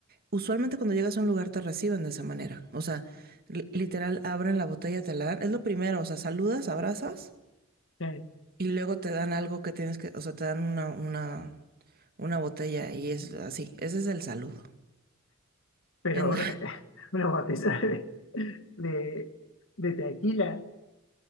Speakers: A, on the right; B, on the left.
A: usualmente cuando llegas a un lugar te reciben de esa manera. O sea, li- literal, abren la botella, te la dan. Es lo primero, o sea, saludas, abrazas
B: Sí.
A: y luego te dan algo que tienes que, o sea, te dan una, una, una botella y es así. Ese es el saludo.
B: Pero
A: En-
B: eh, <laughs> una botella de, de, de tequila